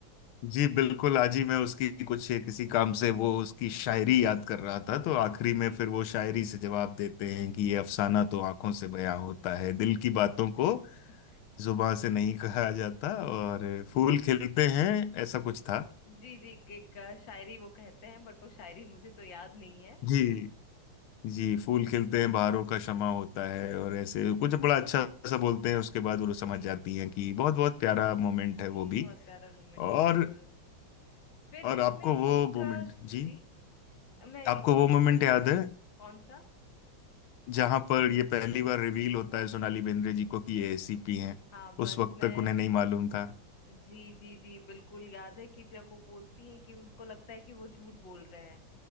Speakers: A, on the left (about 80°); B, on the left (about 60°).
A: जी बिल्कुल आज ही मैं उसकी कुछ किसी काम से
B: जी
A: वो उसकी शायरी याद कर रहा था तो आखिरी
B: जी
A: में फिर वो शायरी से जवाब देते हैं कि ये अफसाना
B: जी
A: तो आंखों से बयां होता है दिल की बातों को
B: <laughs>
A: जुबां से नहीं कहा जाता और फूल खिलते हैं ऐसा कुछ था
B: जी जी एक अ, शायरी वो कहते हैं बट वो शायरी मुझे तो याद नहीं है
A: जी जी फूल
B: जी
A: खिलते हैं बहारों का शमा होता है और ऐसे कुछ बड़ा अच्छा सा बोलते हैं उसके बाद वो समझ
B: जी
A: जाती हैं कि बहुत बहुत प्यारा मोमेंट
B: जी
A: है वो
B: बहुत
A: भी
B: प्यारा मोमेंट है
A: और
B: बिल्कुल फिर इसमें
A: और आपको
B: एक
A: वो मोमेंट
B: अ, जी
A: जी
B: मैं
A: आपको
B: वो
A: वो
B: सी-
A: मोमेंट याद है
B: कौन सा
A: जहां पर ये पहली बार रिवील होता है सोनाली बेंद्रे जी को कि ये एसीपी हैं
B: हाँ बस
A: उस वक्त
B: मैं
A: तक उन्हें नहीं मालूम था
B: जी जी जी बिल्कुल याद है कि जब वो बोलती हैं कि उनको लगता है कि वो झूठ बोल रहे हैं